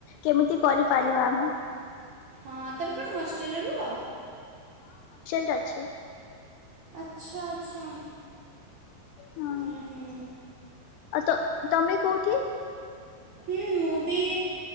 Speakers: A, on the left; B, on the right.
A: କେମିତି କରିପାରିବା ଆମେ।
B: ହଁ ତମେ କଣ ହଷ୍ଟେଲରେ ରୁହ?
A: କ୍ ଅଛି।
B: ଆଚ୍ଛା ଆଚ୍ଛା
A: ହଁ
B: ଉଁ ହୁଁ।
A: ଆଉ ତୋ ତମେ କୋଉଠି?
B: ହୁଁ ମୁଁ ବି